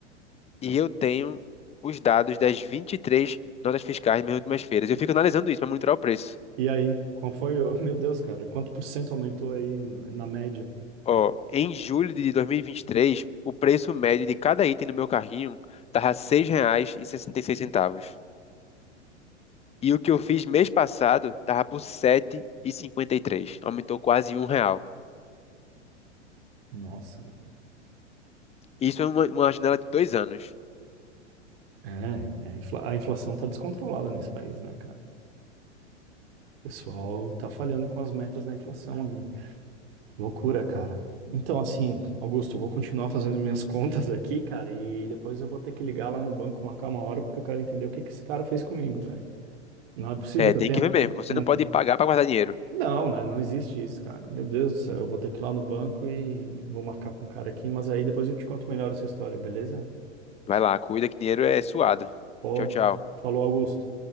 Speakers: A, on the left (about 15°); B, on the right (about 55°).
A: E eu tenho os dados das 23 notas fiscais das minhas últimas feiras. Eu fico analisando isso para monitorar o preço.
B: E aí, qual foi o... <laughs> Meu Deus, cara, quanto por cento aumentou aí no- na média?
A: Ó, em julho de 2023, o preço médio de cada item no meu carrinho tava R$ seis reais E sessenta e E seis centavos. E o que eu fiz mês passado tava por R$ sete e cinquenta e três. Aumentou quase um real.
B: Nossa, mano.
A: Isso é uma, uma janela de dois anos.
B: É, é, a infla- a inflação tá descontrolada nesse país, né, cara? O pessoal tá falhando com as metas da inflação Loucura, cara. Então, assim, Augusto, eu vou continuar fazendo minhas <laughs> contas aqui, cara, e depois eu vou ter que ligar lá no banco, marcar uma hora, porque eu quero entender o que que esse cara fez comigo, velho. Não é possível
A: É,
B: que
A: tem
B: eu tenha.
A: que ver mesmo. Você
B: Não,
A: não pode pagar para guardar dinheiro.
B: não, né? Não existe isso, cara. Meu Deus do céu, eu vou ter que ir lá no banco e vou marcar com o cara aqui, mas aí depois eu te conto melhor essa história, beleza?
A: Vai lá, cuida que dinheiro é suado.
B: Pô,
A: Tchau, tchau.
B: falou, Augusto.